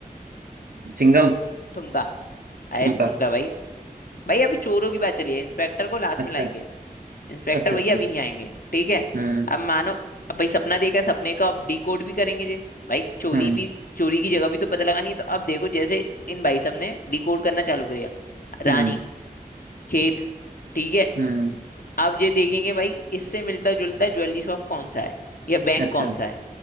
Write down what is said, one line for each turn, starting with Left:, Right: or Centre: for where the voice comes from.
Right: चिंगम
Left: थुमका अरे
Right: ठुमका
Left: थुमका भाई भाई अभी चोरों की बात चली है इंस्पेक्टर को लास्ट
Right: अच्छा
Left: में लाएंगे इंस्पेक्टर
Right: अच्छा
Left: भैया
Right: अच्छा
Left: अभी नहीं आएंगे ठीक है
Right: हम्म
Left: अब मानो अब भाई सपना देखा है, सपने का अब डिकोड भी करेंगे जे भाई चोरी
Right: हम्म
Left: भी चोरी की जगह भी तो पता लगानी है तो अब देखो जैसे इन भाई साहब ने डिकोड करना चालू किया रानी
Right: हम्म
Left: खेत ठीक है
Right: हम्म
Left: अब ये देखेंगे भाई इससे मिलता जुलता ज्वेलरी शॉप कौन सा है या बैंक
Right: अच्छा
Left: कौन सा है